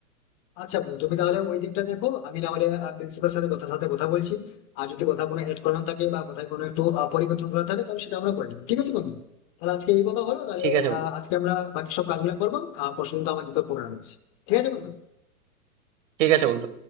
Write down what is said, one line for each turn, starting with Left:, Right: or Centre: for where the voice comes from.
Left: আচ্ছা বন্ধু তুমি তাহলে ওই দিকটা দেখো আমি না হলে প্রিন্সিপাল স্যারের কথা সাথে কথা বলছি আর যদি কোথাও কোনো এড করানো থাকে বা কোথায় কোনো একটু আহ, পরিবর্তন করা থাকে তাহলে সেটা আমরা করে নিই ঠিক আছে বন্ধু তাহলে আজকে এই কথা হলো তাহলে
Right: ঠিক আছে
Left: আহ, আজকে আমরা বাকি সব কাজগুলো করবো আর পরশু কিন্তু আমাদের তো প্রোগ্রাম আছে ঠিক আছে বন্ধু
Right: ঠিক আছে বন্ধু।